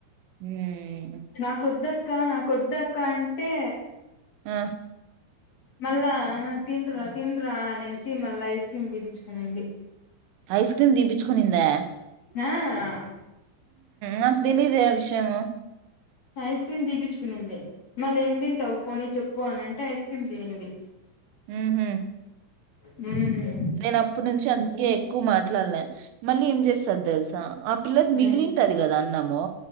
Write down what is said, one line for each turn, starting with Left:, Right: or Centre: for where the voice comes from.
Right: మ్
Left: నాకొద్దక్క నాకొద్దక్క అంటే
Right: ఆ
Left: మళ్ళా తిన్రా తిన్రా అనేసి మళ్ళ ఐస్ క్రీమ్ తిపిచుకునింది.
Right: ఐస్ క్రీమ్ దిపిచ్కునిందా
Left: ఆ
Right: నాక్ తెలీదు ఆ వి షయం
Left: ఐస్ క్రీమ్ దీపిచ్కునింది మల్లేం తింటావు పోనీ చెప్ పోనంటే ఐస్ క్రీమ్ తినింది.
Right: మ్ హ్
Left: మ్
Right: నేన్ అప్పట్ నుంచే అందుకే ఎక్కు మాట్లాడ్లే మళ్ళీ ఏం చేస్తద్ తెల్సా ఆ పిల్లది
Left: ఉమ్
Right: మిగిలింటది కదా అన్నము